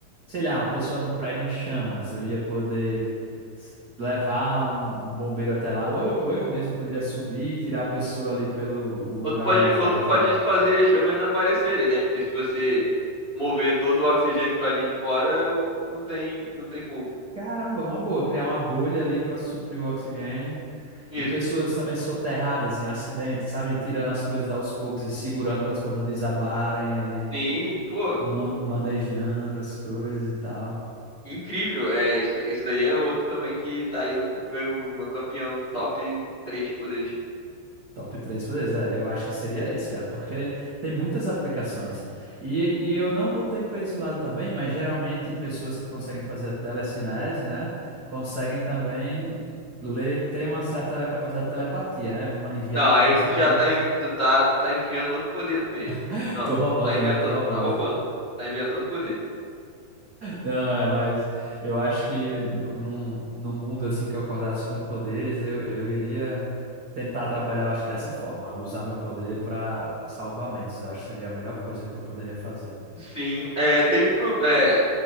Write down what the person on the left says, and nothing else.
Ou tu pode,
ou
tu pode
fazer chamas desaparecerem, né? Porque se você mover todo o oxigênio pra ali de fora, o- não tem, não tem fogo.
Isso.
Sim, pô.
Incrível, é, isso, isso daí é outro também que tá aí no meu, meu campeão, top 3 poderes.
Não, aí
tu Já. já tá, envi- tu tá, tu tá enfiando outro poder no meio.
Não,
tu tá inventando,
tá roubando. Tá inventando poder.
Sim, é, tem um pro, é,